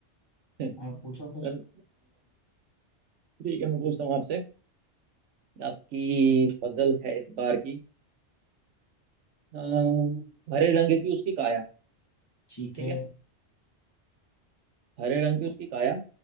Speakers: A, on the right; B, on the left.
A: <laughs>
B: आप पूछो फिर
A: सर ठीक है मैं पूछता हूँ आपसे आपकी पजल है इस बार की अम, हरे रंग की उसकी काया
B: ठीक
A: ठीक
B: है
A: है हरे रंग की उसकी काया